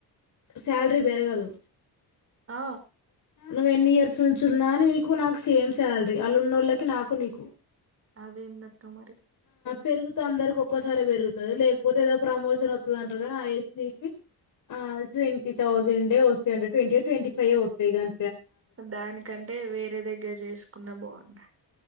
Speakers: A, on the left; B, on the right.
A: శాల్ రీ బెరగదు
B: ఆ
A: నువ్వ్ ఎన్ని ఇయర్స్ నిల్చున్నా నీకు నాకు సేమ్ శాలరీ అలున్నోళ్ళకి నాకు నీకు
B: అదేందక్క మరి
A: పెరుగుత అందరికి ఒక్కసారి పెరుగతది లేకపోతే ఏదో ప్రమోషన్ వొత్తది అంటారు గానీ ఆ ఎస్టీకి ఆ ట్వంటీ థౌసండే వస్తయట ట్వంటీ యొ ట్వంటీ ఫైవో వత్తయ్ గం
B: దానికంటే వేరే దగ్గర జేసుకున్న బాగుండ